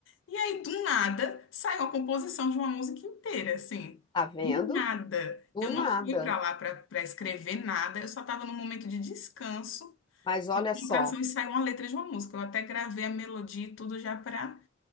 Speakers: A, on the left; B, on the left.
A: E aí, do nada, saiu a composição de uma música inteira, assim.
B: Tá vendo?
A: Do nada.
B: Do
A: Eu
B: nada.
A: não fui para lá para escrever nada, eu só estava num momento de descanso,
B: Mas olha
A: de concentração,
B: só.
A: e saiu uma letra de uma música. Eu até gravei a melodia e tudo já para